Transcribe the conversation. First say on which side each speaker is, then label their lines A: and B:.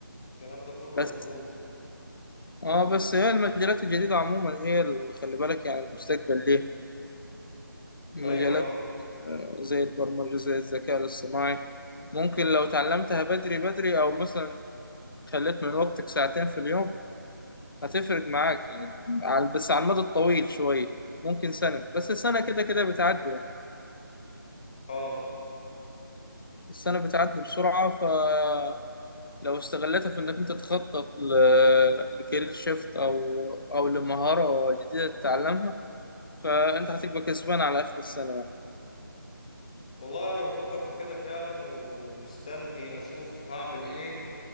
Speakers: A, on the left (about 20°); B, on the left (about 70°).
A: الكلام ده كله
B: بس
A: مظبوط
B: اه بس هي المجالات الجديدة عموما هي اللي خلي بالك يعني المستقبل ليه مجالات
A: أيوه
B: آه، زي البرمجة زي الذكاء الاصطناعي ممكن لو اتعلمتها بدري بدري أو مثلا خليت من وقتك ساعتين في اليوم هتفرق معاك يعني على- بس على المدى الطويل شوية ممكن سنة بس السنة كده كده بتعدي يعني
A: أه
B: السنة بتعدي بسرعة فلو استغلتها في إنك أنت تخطط ل... لكارير شيفت أو أو لمهارة جديدة تتعلمها فانت هتبقى كسبان على اخر السنه يعني
A: والله أنا بفكر في كده فعلا ومستني أشوف هعمل إيه